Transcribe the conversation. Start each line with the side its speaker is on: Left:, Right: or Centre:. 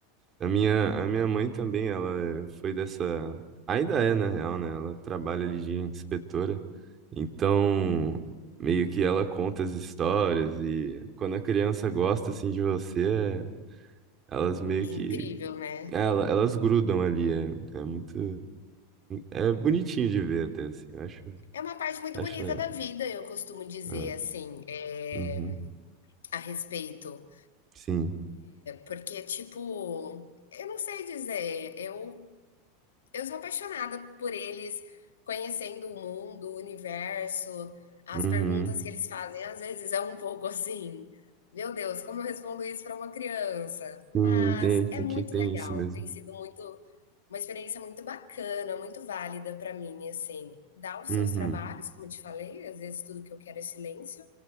Right: A minha, a minha mãe também, ela é- foi dessa. Ainda é, na real, né? Ela trabalha ali de inspetora. Então, meio que ela conta as histórias e quando a criança gosta assim de você, é- elas meio
Left: É
Right: que.
Left: incrível, né.
Right: é, Ela, elas grudam ali. É, é muito. É, é bonitinho de ver até, assim. Eu acho,
Left: É uma parte muito
Right: acho
Left: bonita
Right: legal.
Left: da vida, eu costumo dizer,
Right: Ah,
Left: assim, eh,
Right: uhum,
Left: a respeito,
Right: sim.
Left: porque, tipo, eu não sei dizer, eu Eu sou apaixonada por eles conhecendo o mundo, o universo, as
Right: Uhum.
Left: perguntas que eles fazem, às vezes é um pouco assim: "Meu Deus, como eu respondo isso para uma criança?".
Right: Sim,
Left: Mas
Right: tem, tem
Left: é muito
Right: que tem
Left: legal,
Right: isso mesmo.
Left: tem sido muito uma experiência muito bacana, muito válida para mim, assim. Dá os
Right: Uhum,
Left: seus trabalhos, como eu te falei, às vezes tudo que eu quero é silêncio,